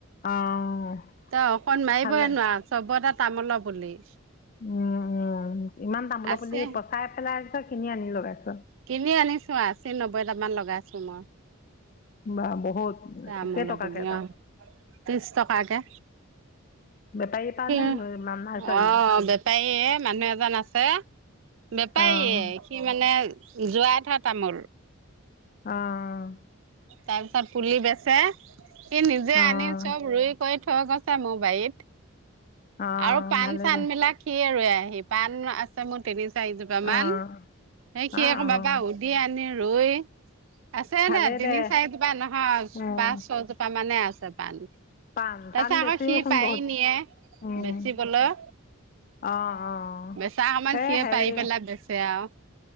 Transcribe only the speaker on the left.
অঁ
ভালে
উম উম ইমান তামোল
পুলি পচাই পেলাইছ কিনি আনি লগাইছ
বা বহুত।
কেইটকাকে
এটাত
বেপাৰীৰ
পৰা নে নাৰ্চাৰী
অঁ
অহ
অঁ
অঁ
ভালে
দে
অঁ
অঁ
অঁ
ভালে
দে
অঁ
পাণ
পাণ
বেছিওচোন
বহুত
অঁ
অঁ
এই
হেৰি